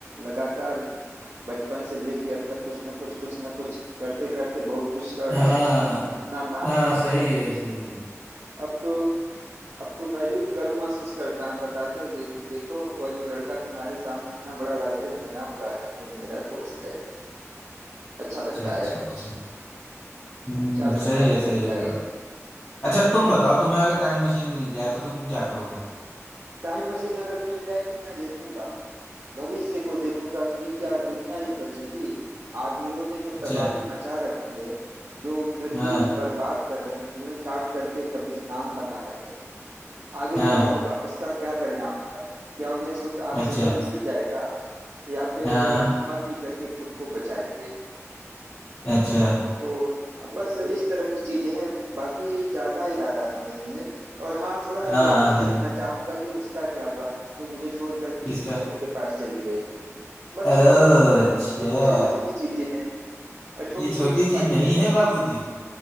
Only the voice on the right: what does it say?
लगातार बचपन से लेके अब तक कुछ न कुछ कुछ न कुछ करते करते बहुत कुछ कर
डाले इतना नाम
कमाए
हाँ कि
अब तो अब तो मैं भी गर्व महसूस करता हूँ बताते हुए कि देखो वह जो लड़का तुम्हारे सामने इतना बड़ा राइटर बना हुआ है वह मेरा दोस्त है अच्छा लगता
है
अच्छा लगता
है मेरे
भाई
टाइम मशीन अगर मिल जाए तो मैं देखूंगा भविष्य को देखूंगा कि क्या दुनिया यह बचेगी आदमियों ने जो
तबाही मचा रखी है जो पृथ्वी
को बर्बाद कर रहे हैं पेड़ काट करके कब्रिस्तान बना रहे हैं आगे
क्या होगा उसका क्या परिणाम होगा क्या उन्हें शुद्ध ऑक्सीजन
मिल जाएगा या फिर
वह धुआं पी करके खुद को बचाएंगे
तो बस इस तरह की चीजें हैं बाकी ज्यादा इरादा तो नहीं है और हाँ थोड़ा
वह भी
देखना चाहूंगा कि उसका क्या हुआ जो मुझे छोड़कर किसी
दूसरे के पास चली गई बस
छोटी छोटी चीजें हैं और छोटी
छोटी ख्वाहिशें
हैं